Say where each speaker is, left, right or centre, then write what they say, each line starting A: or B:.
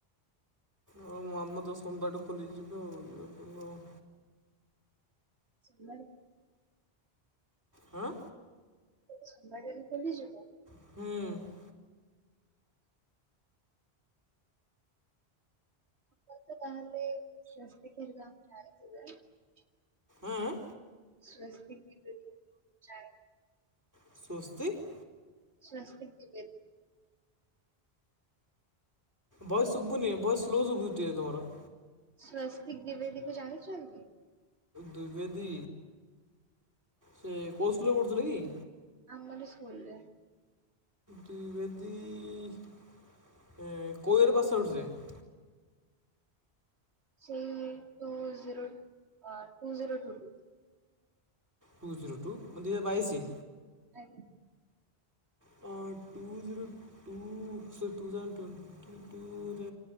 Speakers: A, on the right; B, on the right.
A: ହ ଆମ ତ ସୋମବାର ଠୁ ଖୋଲିି ଯିବ ଯିବାକୁ ପଡିବ ଆଉ
B: ସୋମବାର ଠୁ।
A: ହଁ
B: ସୋମବାର ଠୁଖୋଲିଯିବ।
A: ହୁଁ।
B: <inaudible> ତାହେଲେ <inaudible> ଏଜାମ୍ ଜାଣିଥିବେ।
A: ଆଁ ଆଁ।
B: ସ୍ବସ୍ତିକି <inaudible> ଜାଣେ।
A: ସ୍ୱସ୍ତିକ?
B: ସ୍ୱସ୍ତିକ ଦ୍ୱିବେଦୀ।
A: ଭଏସେ ଶୁଭୁନି ଭଏସେ ସ୍ଲୋ ଶୁଭୁଛି ଟିକେ ତମର।
B: ସ୍ଵସ୍ତିକ ଦିବେଦୀକୁ ଜାଣିଛନ୍ତି?
A: ଦିବେଦୀ ସେ କଉ ସ୍କୁଲ ରେ ପଢୁଥିଲେ କି?
B: ଆମରି ସ୍କୁଲରେ।
A: ଦ୍ୱିବେଦୀ ଇ ଏଁ କୋଉ ଇଅର ପାଶ ଆଉଟ୍ ପଢ଼ୁଥିଲେ।
B: ସେ two zero one two zero two two.
A: Two zero two ମାନ ଦୁଇ ହଜାର ବାଇଶି।
B: ଆଜ୍ଞା।
A: ଟୁ ଜିରୋ ଟୁ ସ ଟୁ ଥସ ଟ୍ୱଣ୍ଟ <inaudible>